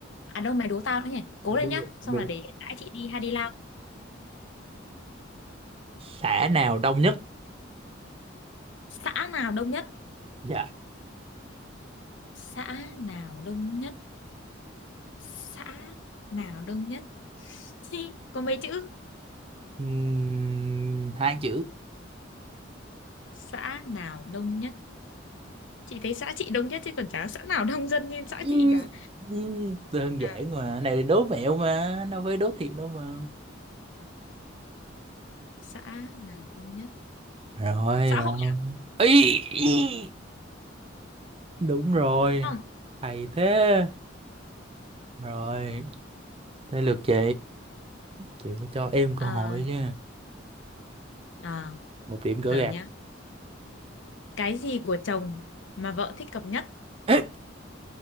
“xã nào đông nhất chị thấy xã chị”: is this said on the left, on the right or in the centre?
Left